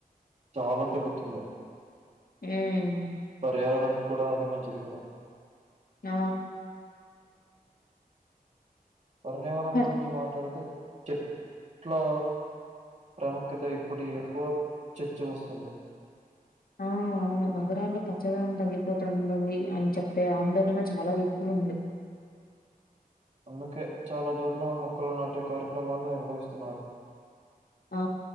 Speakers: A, on the right; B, on the left.
A: చాలా తగ్గుతుంది.
B: హ్మ్.
A: పర్యావరణకు కూడా అదే మంచిది కదా.
B: ఆ
A: వర్నివరం
B: పర్
A: గురించి మాట్లాడితే చెట్లా ప్రాముఖ్యత ఇప్పుడు ఎక్కువ చర్చి వస్తుంది
B: ఆ నగరాల్లో పచ్చదనం తగ్గిపోతుంది అని చెప్పె ఆందోళన చాలా ఎక్కువ ఉంది.
A: అందుకే చాలా చోట్ల మొక్కలు నాటే కార్యక్రమాలు నిర్వహిస్తున్నారు
B: ఆ